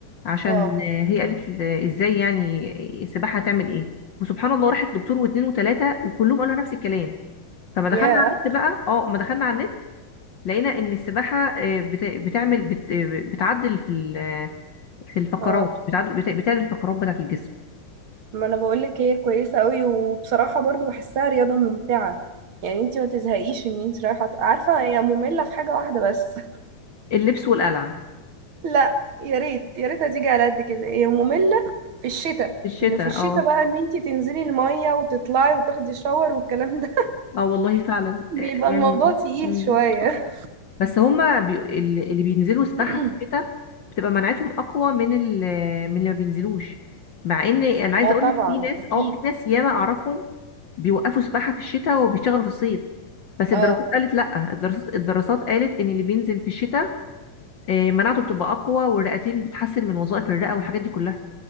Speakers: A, on the left; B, on the right.
A: عشان
B: اه
A: آه، هي قالت ل- إزاي يعني السباحة هتعمل إيه وسبحان الله راحت لدكتور واتنين وتلاتة وكلهم قالوا لها نفس الكلام فما دخلنا
B: يا
A: على النت بقى اه ما دخلنا على النت لقينا ان السباحه آه، بت- بتعمل بت- بتعدل في ال في الفقرات
B: اه
A: بتعدل بت- بتعدل الفقرات بتاعت الجسم
B: ما انا بقولك هي كويسة اوي وبصراحة برضو بحسها رياضة ممتعة يعني انت ما تزهقيش ان انت رايحة عارفة هي مملة في حاجة واحدة بس
A: اللبس والقلع
B: لا يا ريت يا ريت هتيجي على قد كده هي مملة في الشتاء
A: في الشتاء
B: ان في الشتاء
A: اه
B: بقى ان انتي تنزلي المية وتطلعي وتاخدي شاور والكلام ده
A: اه والله فعلا
B: <laughs> بيبقى
A: آه، يعني
B: الموضوع تقيل
A: مم.
B: شوية
A: بس هما بي... ال- اللي بينزلوا سباحة
B: <coughs>
A: في الشتاء بتبقى مناعتهم أقوى من ال... من اللي ما بينزلوش مع إن أنا عايزة
B: اه
A: أقولك
B: طبعا
A: في ناس
B: اكيد
A: اه في ناس ياما أعرفهم بيوقفوا سباحة في الشتاء وبيشتغلوا في الصيف بس
B: اه
A: الدراسات قالت لأ الدراسات الدراسات قالت إن اللي بينزل في الشتاء آه، مناعته بتبقى أقوى والرئتين بتحسن من وظائف الرئة والحاجات دي كلها